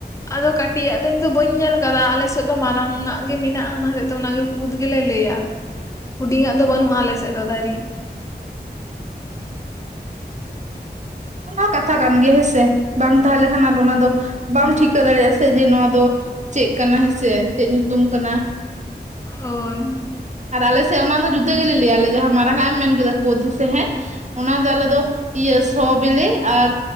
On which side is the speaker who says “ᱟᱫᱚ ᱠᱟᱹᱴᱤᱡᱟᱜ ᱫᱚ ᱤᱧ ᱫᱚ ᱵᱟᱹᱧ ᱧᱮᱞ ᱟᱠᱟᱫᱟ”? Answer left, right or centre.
Left